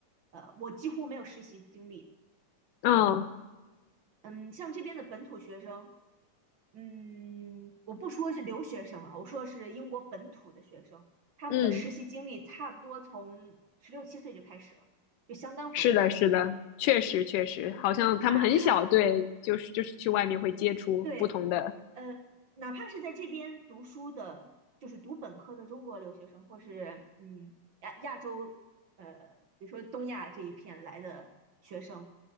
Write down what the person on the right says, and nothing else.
呃，我几乎没有实习经历。
嗯，像这边的本土学生，嗯，我不说是留学生了，我说是英国本土的学生，他们的实习经历差不多从十六七岁就开始了，
就相当丰富。
嗯，
哪怕
对呃，哪怕是在这边读书的，就是读本科的中国留学生，或是嗯亚亚洲，呃，比如说东亚这一片来的学生，